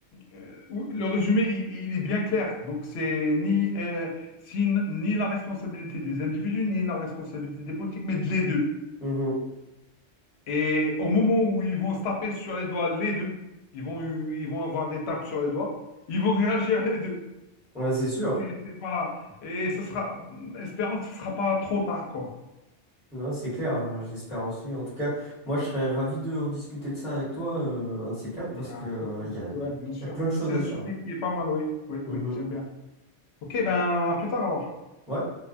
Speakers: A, on the left; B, in the centre.
A: euh, ou- le résumé, il, il est bien clair. Donc, c'est ni, euh, si- ni la responsabilité des individus, ni la responsabilité des politiques, mais de les deux.
B: mhm.
A: Et au moment où ils vont se taper sur les doigts, les deux, ils vont, ils vont avoir des tapes sur les doigts, ils vont <laughs> réagir les deux.
B: Ouais, c'est sûr.
A: Et, et voilà. Et ce sera, espérons que ce ne sera pas trop tard, quoi.
B: Non, c'est clair, hein, j'espère aussi. En tout cas, moi, je serais ravi de rediscuter de ça avec toi, euh, un de ces quatre, parce
A: Il n'y a
B: que, euh,
A: pas de souci,
B: il y a, il
A: ouais, bien sûr.
B: y a plein de choses
A: C'est
B: à
A: un
B: dire.
A: sujet qui est pas mal, oui. Oui,
B: Mhm.
A: oui, j'aime bien. Ok, ben à plus tard alors.
B: Ouais,